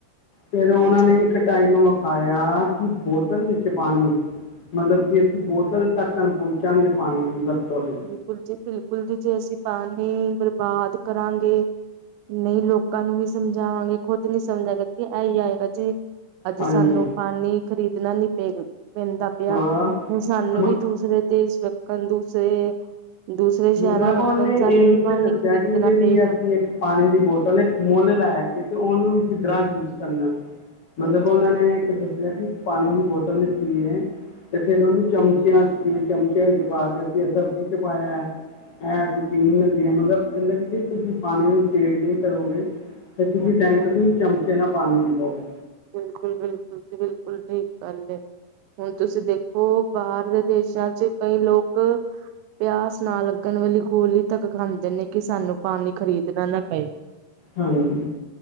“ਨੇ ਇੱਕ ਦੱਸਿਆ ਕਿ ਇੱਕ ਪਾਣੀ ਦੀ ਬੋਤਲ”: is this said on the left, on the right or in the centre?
Left